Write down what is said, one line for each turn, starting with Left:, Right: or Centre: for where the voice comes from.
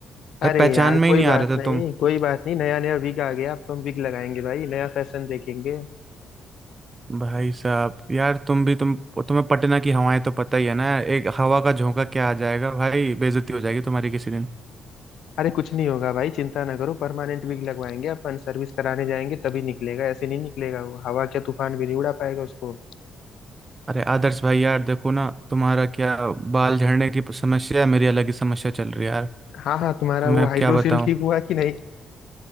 Right: भाई
Left: अरे
Right: पहचान
Left: यार
Right: में
Left: कोई
Right: ही नहीं
Left: बात
Right: आ रहे
Left: नहीं
Right: थे तुम
Left: कोई बात नहीं नया नया विग आ गया अब तो हम विग लगाएंगे भाई नया फैशन देखेंगे
Right: भाई साहब यार तुम भी तुम तुम्हें पटना की हवाएं तो पता ही है ना यार एक हवा का झोंका क्या आ जाएगा भाई बेइज्जती हो जाएगी तुम्हारी किसी दिन
Left: अरे कुछ नहीं होगा भाई चिंता ना करो परमानेंट विग लगवाएंगे अपन सर्विस कराने जाएंगे तभी निकलेगा ऐसे नहीं निकलेगा वो हवा क्या तूफान भी नहीं उड़ा पाएगा उसको
Right: अरे आदर्श भाई यार देखो ना तुम्हारा क्या बाल झड़ने की समस्या है मेरी अलग ही समस्या चल रही है यार
Left: हाँ हाँ तुम्हारा
Right: तो मैं
Left: वो
Right: अब
Left: हाइड्रोसील
Right: क्या बताऊं
Left: ठीक हुआ कि नहीं